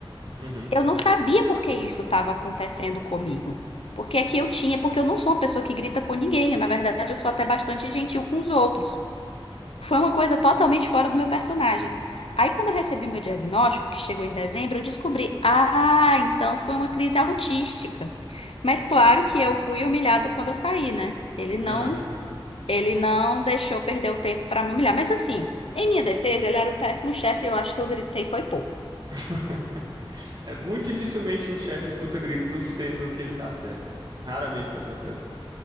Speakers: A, on the right (about 50°); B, on the left (about 85°).
A: Uhum.
B: Eu não sabia por que isso estava acontecendo comigo. Porque é que eu tinha, porque eu não sou uma pessoa que grita com ninguém. Na verdade, eu sou até bastante gentil com os outros. Foi uma coisa totalmente fora do meu personagem. Aí, quando eu recebi meu diagnóstico, que chegou em dezembro, eu descobri, ah, então foi uma crise autística. Mas claro que eu fui humilhada quando eu saí, né? Ele não,
A: Aham.
B: ele não deixou perder o tempo para me humilhar. Mas assim, em minha defesa, ele era um péssimo chefe, e eu acho que eu gritei foi pouco.
A: <laughs> É, muito dificilmente um chefe escuta gritos sendo que ele tá certo. Raramente isso acontece.